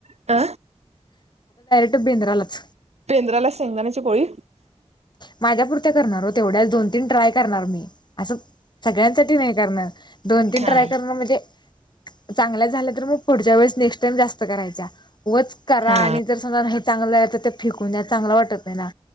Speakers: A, on the right; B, on the left.
A: आ
B: ेंद्रालाच
A: पेंद्राला शेंगदााण्याची कोळी
B: माझ्यापुरत्या करणार हो तेवढ्याच दोन तीन ट्राय करणार मी अस सगळ्यांसाठी नाही करणार दोन तीन
A: हा
B: ट्राय करणार म्हणजे चांगल्या झाल्या तर मग पुढच्या वेळेस नेक्स्ट टाइम जास्त करायचा वच करा
A: हा
B: आणि जर समजा हे चांगलं झालं तर ते फेकून चांगलं वाटत आहे ना